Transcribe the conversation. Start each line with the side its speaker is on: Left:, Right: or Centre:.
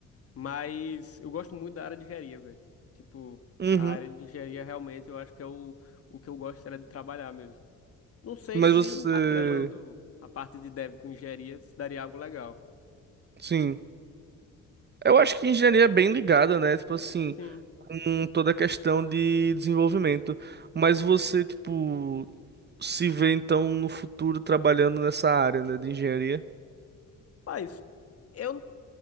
Left: Mas eu gosto muito da área de engenharia, velho. Tipo,
Right: Uhum.
Left: a área de engenharia realmente eu acho que é o, o que eu gosto era de trabalhar mesmo. Não sei
Right: Mas
Left: se
Right: você,
Left: atrelando a parte de dev com engenharia se daria algo legal.
Right: sim. Eu acho que engenharia é bem ligada, né? Tipo assim,
Left: Sim.
Right: com toda a questão de desenvolvimento. Mas você, tipo, se vê então no futuro trabalhando nessa área, né, de engenharia.
Left: Mas eu